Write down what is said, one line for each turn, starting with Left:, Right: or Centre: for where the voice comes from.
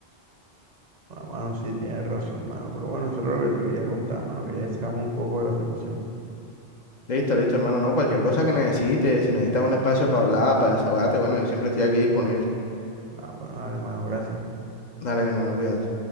Right: Ah, mano, sí, tienes razón, mano. Pero bueno, eso es lo que te quería contar, mano. Quería sacarme un poco de la situación.
Left: Listo, listo, hermano. No, cualquier cosa que necesites, si necesitas un espacio para hablar, para desahogarte, bueno, yo siempre estoy aquí disponible.
Right: Ah, bueno, dale, mano, gracias.
Left: Dale, mi hermano, cuídate.